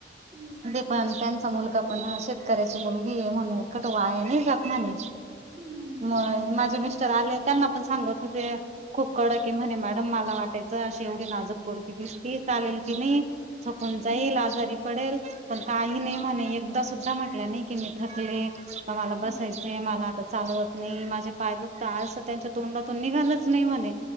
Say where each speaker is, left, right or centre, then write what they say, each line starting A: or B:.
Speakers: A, on the right (about 20°); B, on the right (about 35°).
A: हम्म
B: ते पण त्यांचा मुलगा पण शेतकऱ्याची मुलगी आहे म्हणून क तो वाया नाही जात म्हणे
A: हम्म
B: म माझे मिस्टर आले त्यांना पण सांगत होते खूप कडक आहे म्हणे मॅडम मला मला वाटायचं अशी एवढी नाजुक पोरगी दिसती चालेल की नाही. थकून
A: हम्म
B: जाईल आजारी पडेल पण काही नाही म्हणे एकदाच सुद्धा म्हटल्या नाही की मी थकले तर मला
A: हम्म
B: बसायचे मला आता चालवत नाही माझ्या बाय दुखत आसं त्यांच्या तोंडातून निघालच नाही म्हणे